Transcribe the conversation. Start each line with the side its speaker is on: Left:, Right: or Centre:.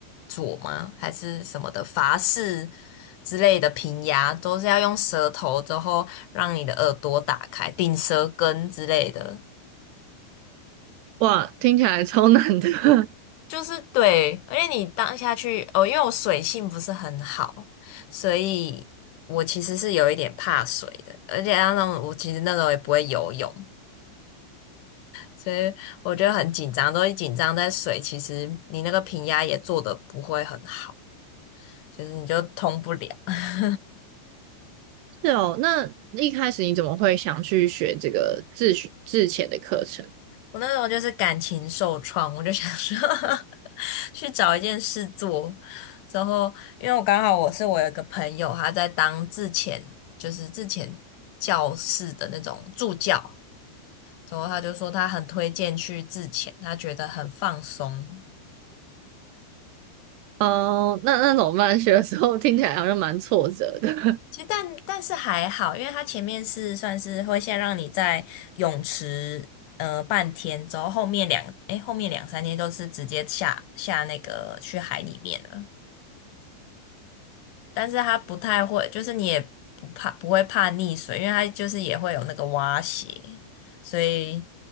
Left: 佐吗？还是什么的法式之类的平牙，都是要用舌头之后让你的耳朵打开，顶舌根之类的。
Right: 哇，听起来超难的。<laughs>
Left: 就是对，而且你当下去哦，因为我水性不是很好，所以我其实是有一点怕水的，而且加上我其实那时候也不会游泳，所以我觉得很紧张，都一紧张在水，其实你那个平压也做的不会很好，就是你就通不了。<laughs>
Right: 是哦，那一开始你怎么会想去学这个自学自潜的课程？
Left: 我那时候就是感情受创，我就想说 <laughs> 去找一件事做。之后，因为我刚好我是我有一个朋友，他在当自遣，就是自遣教室的那种助教，之后他就说他很推荐去自遣，他觉得很放松。
Right: 哦、那那怎么办？学的时候听起来好像蛮挫折的。
Left: 其实但但是还好，因为它前面是算是会先让你在泳池呃半天，之后后面两诶后面两三天都是直接下下那个去海里面了。但是它不太会，就是你也不怕不会怕溺水，因为它就是也会有那个蛙鞋，所以